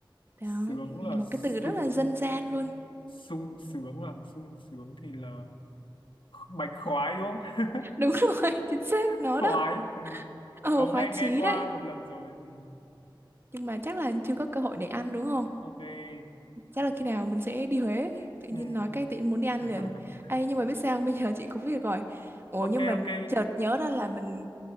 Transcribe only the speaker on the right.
Đó,
một
cái từ rất là dân gian luôn.
<laughs> Đúng rồi, chính xác
nó
đó.
Ờ,
khoái
chí
đấy.
Nhưng mà chắc là chưa có cơ hội để ăn đúng không?
Chắc là khi nào mình sẽ đi Huế. Tự nhiên
nói cái tiện muốn đi ăn
liền. Ê, nhưng mà biết sao <laughs> không? bây giờ chị có việc rồi. Ủa
nhưng mà
chợt nhớ ra là mình